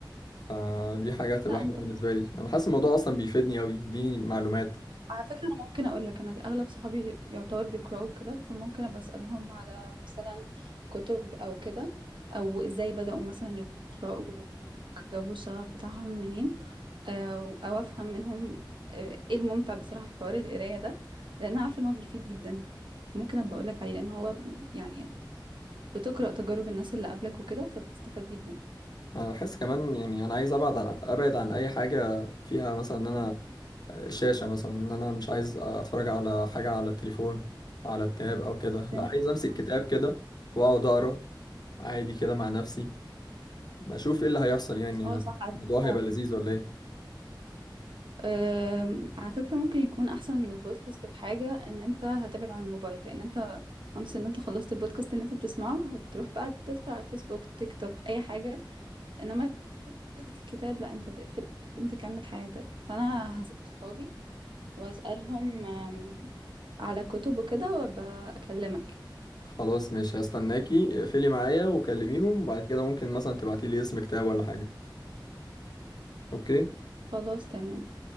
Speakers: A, on the left; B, on the right.
A: فدي حاجه هتبقى
B: لا
A: حلوه
B: انت ممكن
A: بالنسبه لي انا حاسس الموضوع اصلا بيفيدني قوي يديني معلومات
B: على فكرة أنا ممكن أقول لك أنا أغلب صحابي يعتبر بيقرأوا كده فممكن أبقى أسألهم على مثلا كتب أو كده أو إزاي بدأوا مثلا يقرأوا جابوا الشغف بتاعهم منين أو أو أفهم منهم آه، إيه الممتع بصراحة في حوار القراية ده لأن عارفة إن هو بيفيد جدا ممكن أبقى أقول لك عليه لأن هو يعني بتقرأ تجارب الناس اللي قبلك وكده فبتستفاد جدا
A: انا بحس كمان يعني انا عايز ابعد عن ابعد عن اي حاجه فيها مثلا ان انا شاشه مثلا ان انا مش عايز اتفرج على حاجه على التليفون على التاب او كده لا
B: فاهم
A: عايز امسك
B: اه
A: كتاب كده واقعد اقرا عادي كده مع نفسي بشوف ايه اللي هيحصل يعني يعني
B: آه، صح على
A: الموضوع
B: فكرة
A: هيبقى لذيذ ولا ايه
B: أم، على فكرة ممكن يكون أحسن من البودكاست في حاجة إن أنت هتبعد عن الموبايل لأن أنت once إن أنت خلصت البودكاست إن أنت بتسمعه هتروح بقى تدخل على فيسبوك تيك توك أي حاجة إنما الكتاب لأ أنت تقفل تقوم تكمل حياتك فأنا هسأل صحابي وأسألهم أم، على كتب وكده وأبقى أكلمك
A: خلاص ماشي هستناكي اقفلي معايا وكلميهم وبعد كده ممكن مثلا تبعتي لي اسم كتاب ولا حاجة اوكي
B: خلاص تمام